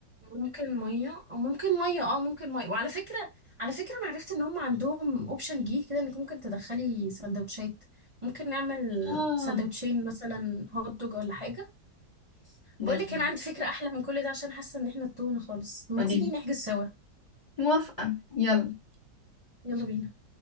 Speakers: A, on the right (about 25°); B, on the left (about 45°).
A: ممكن ميه او ممكن ميه اه ممكن ميه وعلى فكره على فكره انا عرفت ان هم عندهم اوبشن جديد كده انك ممكن تدخلي سندوتشات ممكن نعمل
B: اه
A: سندوتشين مثلا هوت دوج ولا حاجه
B: لازم
A: بقول لك انا عندي فكره احلى من كل ده عشان حاسه ان احنا تهنا خالص ما
B: قوليلي
A: تيجي نحجز سوا
B: موافقة يلا
A: يلا بينا